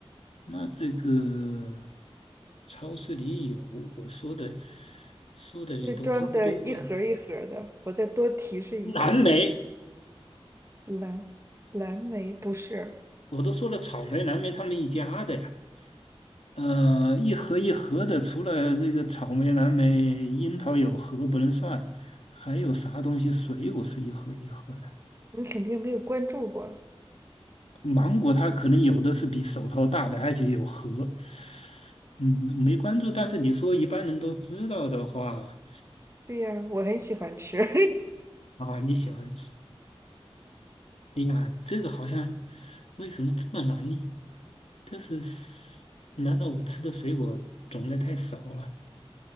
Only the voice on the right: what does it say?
这装的一盒儿一盒儿的。我再多提示一些，
蓝蓝莓不是，
你肯定没有关注过。
对呀，我很喜欢吃。<laughs>